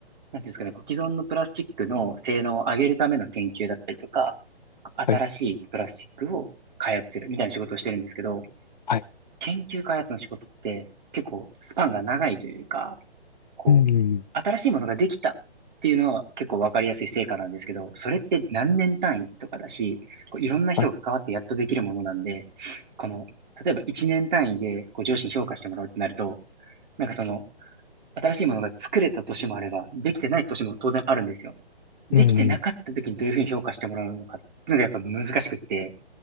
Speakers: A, on the right; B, on the left.
A: なんていうんですかね、こう既存のプラスチックの性能を上げるための研究だったりとか、新しいプラスチックを開発するみたいな仕事をしてるんですけど、
B: はい。はい。
A: 研究開発の仕事って結構スパンが長いというか、こう、
B: うーん。
A: 新しいものができたっていうのは結構わかりやすい成果なんですけど、それって何年単位とかだし、こういろんな人が関わってやっとできるものなんで、
B: はい。
A: この、例えば1年単位でこう上司に評価してもらうってなると、なんかその、新しいものが作れた年もあれば、できてない年も当然あるんですよ。できてなかった時にどういうふうに評価してもらうのかっていうのがやっぱ難しくって、
B: うーん。